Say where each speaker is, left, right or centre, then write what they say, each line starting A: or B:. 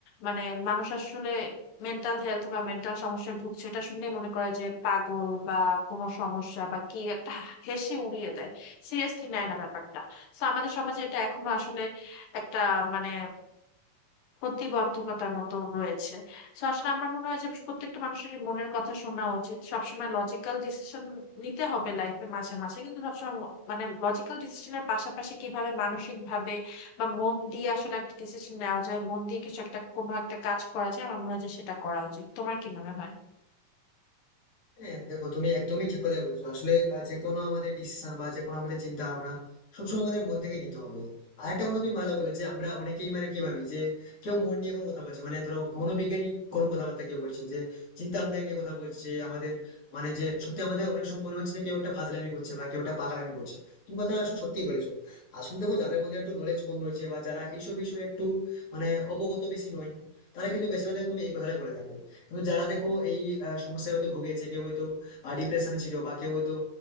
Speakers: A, on the left; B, on the left.
A: মানে মানুষ আসলে মেন্টাল হেলথ বা মেন্টাল সমস্যায় ভুগছে এটা শুনলে মনে করে যে পাগল বা কোনো সমস্যা বা কি একটা হেসে উড়িয়ে দেয় সিরিয়াসলি নেয় না ব্যাপারটা তো আমাদের সমাজে এটা এখনো আসলে একটা মানে প্রতিবন্ধকতার মতো রয়েছে তো আসলে আমার মনে হয় যে প্রত্যেকটা মানুষের মনের কথা শোনা উচিত সবসময় লজিক্যাল ডিসিশন নিতে হবে লাইফে মাঝে মাঝে কিন্তু সবসময় ম- মানে লজিক্যাল ডিসিশনের পাশাপাশি কিভাবে মানসিক ভাবে বা মন দিয়ে আসলে একটা ডিসিশন নেওয়া যায় মন দিয়ে কিছু একটা কোনো একটা কাজ করা যায় আমার মনে হয় যে সেটা করা উচিত তোমার কি মনে হয়
B: হ্যাঁ দেখো তুমি একদমই ঠিক কথা বলেছো আসলে আহ, যে কোনো আমাদের ডিসিশন বা যে কোনো আমাদের চিন্তা ভাবনা সবসময় আমাদের মন থেকে নিতে হবে আর একটা কথা তুমি ভালো বলে যে আমরা অনেকেই মানে কি ভাবি যে কেউ মন নিয়ে কোনো কথা বলছে মানে ধরো মনোবিজ্ঞানী কোনো কথাবার্তা কেউ বলছে যে চিন্তা ভাবনা নিয়ে কথা বলছে আমাদের মানে যে সত্যি আমাদের অনেক সময় মনে হচ্ছে যে কেউ একটা ফাজলামি করছে বা কেউ একটা পাগলামি করছে তুমি কথা আসলে সত্যি বলেছো আসলে দেখো যাদের মধ্যে একটু নলেজ কম রয়েছে বা যারা এইসব বিষয়ে একটু মানে অবগত বেশি নয় তারা কিন্তু বেশিরভাগ তুমি এই কথাটাই বলে থাকে কিন্তু যারা দেখো এই আহ, সমস্যায় হয়তো ভুগেছে কেউ হয়তো ডিপ্রেশনে ছিল বা কেউ হয়তো